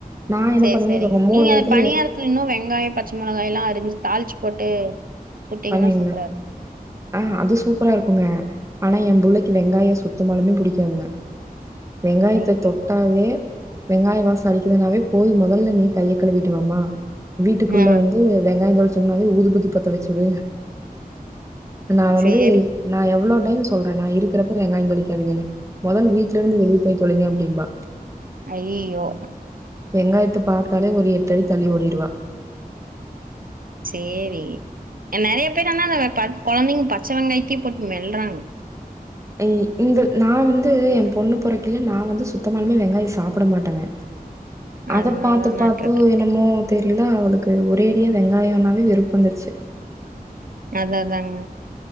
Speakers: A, on the right (about 20°); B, on the right (about 65°).
A: நா என்ன
B: சரி
A: பண்ணுவே
B: சரிங்க
A: இவங்க மூணு
B: நீங்க
A: பேத்துல
B: பணியாரத்துல இன்னு வெங்காயொ பச்ச மொளகா எல்லா அரஞ்சு தாளிச்சு போட்டு சுட்டீங்கன்னா
A: பண்ணுவீங்க
B: சூப்பரா இருக்கும்.
A: ஆஹ் அது சூப்பரா இருக் குங்க ஆனா எ புள்ளைக்கு வெங்காயொ சுத்தமாலுமே புடிக்காதுங்க வெங்காயத்த
B: ஐயய்யோ!
A: தொட்டாவே வெங்காய வாசொ அடிக்குதுனாவே போது மொதல்ல நீ கைய கழுவிட்டுவாமா வீட்டுக்குள்ள
B: ம்.
A: வந்து வெங்காயொ தொளிச் ன்னாவே ஊதுபத்தி பத்த வெ சுடு நா வந்து
B: சரி.
A: நா எவ்ளோ டைம் சொல்றே நா இருக்கிறப்பொ வெங்காயொ தொளிக்காதீங்கன்னு மொதல் வீட்ல இருந்து வெளியே போய் தொலைங்க அப்டிம்பா
B: அய்யய்யோ
A: வெங்காயத்தை பார்த்தாலே ஒரு எட்டடி தள்ளி ஓடிடுவா
B: சேரி நிறைய பேர்னா அந்த குழந்தைங்க பச்சை வெங்காயத்தையே போட்டு மெல்றாங்க
A: ஹ இந்த நான் வந்து என் பொண்ணு பொறைக்குள்ளயே நான் வந்து சுத்தமாலுமே வெங்காயம் சாப்பிட மாட்டேங்க அத
B: அதனால
A: பார்த்து
B: தானாட்ருக்கு.
A: பார்த்து என்னமோ தெரியில அவளுக்கு ஒரேடியாக வெங்காயம்ன்னாவே வெறுப்பு வந்துருச்சு
B: அத் அதானுங்க உஹ